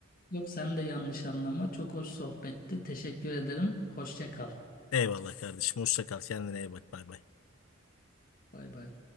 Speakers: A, on the left; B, on the left.
A: Yok sen de yanlış anlama. Çok hoş sohbetti. Teşekkür ederim. Hoşça kal.
B: Eyvallah kardeşim. Hoşça kal. Kendine iyi bak. Bay bay.
A: Bay bay.